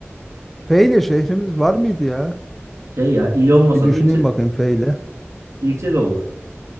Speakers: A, in the centre; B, on the right.
A: F ile şehrimiz var mıydı ya?
B: Şey ya il olmasa
A: Bir düşüneyim
B: da ilçe de
A: bakayım
B: olur.
A: F ile.
B: İlçe de olur.